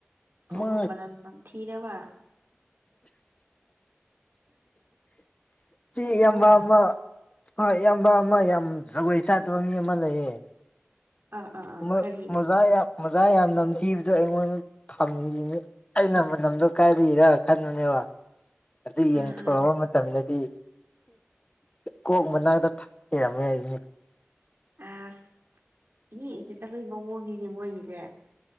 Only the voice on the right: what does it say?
ꯈꯣꯡꯉꯨꯞ
ꯃꯅꯝ ꯅꯝꯊꯤꯔꯕ ꯀꯩꯅꯣ
ꯑꯥ ꯑꯥ ꯑꯥ
ꯀꯔꯤ
<inaudible>
ꯎꯝ
ꯑꯁ ꯃꯤ ꯎꯁꯤꯠꯇꯕꯩ ꯃꯑꯣꯡꯅꯤꯅꯦ ꯃꯣꯏꯒꯤꯁꯦ